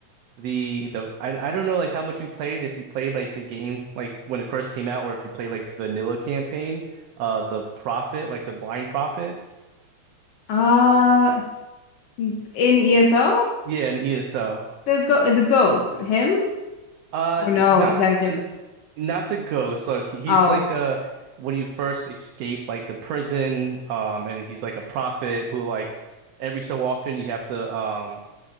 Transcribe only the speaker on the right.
the the I I don't know like how much you played if you played like the game like when it first came out or if you played like the vanilla campaign uh the Prophet like the Blind Prophet
yeah and ESO
uh
not.
not the ghost. So he- he's
like a when you first escape like the prison, um, and he's like a prophet who like every so often you have to um